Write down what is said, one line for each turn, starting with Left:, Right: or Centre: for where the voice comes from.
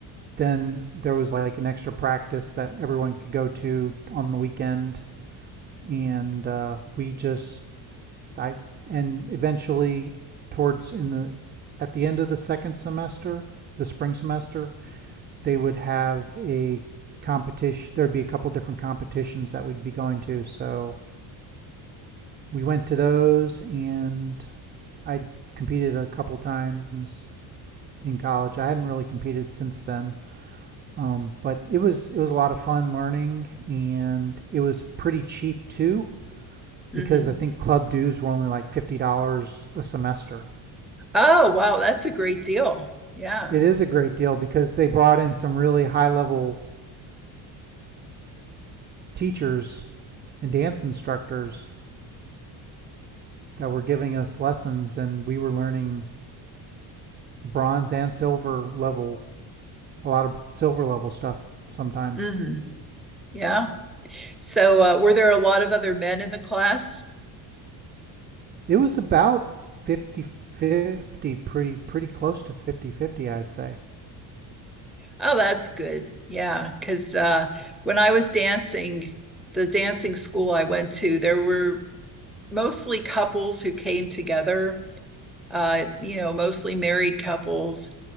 Right: then there was like an extra practice that everyone could go to on the weekend and uh, we just i and eventually towards in the at the end of the second semester the spring semester they would have a competition there'd be a couple different competitions that we'd be going to so we went to those and i competed a couple times in college. I hadn't really competed since then, um, but it was it was a lot of fun learning, and it was pretty cheap too
Centre: hmm
Right: because I think club dues were only like fifty dollars a semester.
Centre: Oh, wow, that's a great deal. Yeah.
Right: It is a great deal because they brought in some really high level teachers and dance instructors that were giving us lessons, and we were learning bronze and silver level, a lot of silver level stuff sometimes.
Centre: hmm Yeah. So, uh, were there a lot of other men in the class?
Right: It was about fifty-fifty, pretty, pretty close to 5050 I'd say.
Centre: Oh, that's good. Yeah, because uh, when I was dancing, the dancing school I went to, there were mostly couples who came together, uh, you know, mostly married couples.